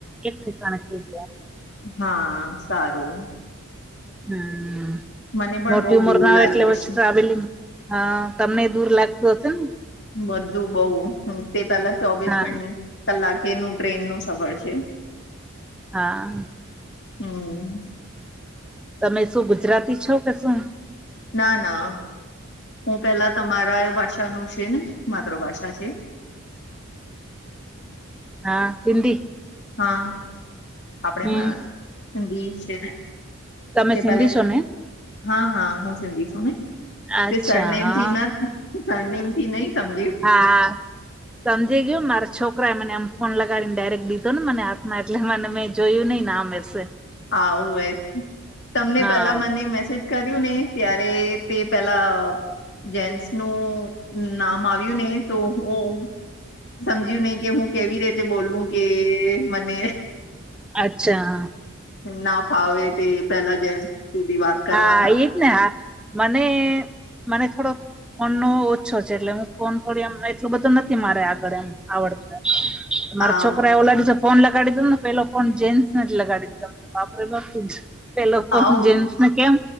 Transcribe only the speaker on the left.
હા સારું
મને પણ
બહુ
દૂર
લાગે
છે
બધું બઉ તે પેલા ચોવીસ
કલાકે ન ટ્રેન નું સફર છે
હમ્મ
ના ના હું પેલા તમારા એ ભાષાનું છે ને માતૃ ભાષા છે
હા આપણે
મા હિન્દી છે ને
તે
પેલે
હા હા હું સિંધી છું ને
તે સરનેમ
ચ ના સરનેમથી નઈ સમજી
આવું એ તમને
પેલા મને મેસેજ કર્યું ને ત્યારે તે પેલા જેન્સ નું નામ આવ્યું ને તો હું સમજ્યું નહી કે હું કેવી રીતે બોલું કે મને
ના ફાવે તે પેલા જે સુધી વાત કરવાના
આવ
આવું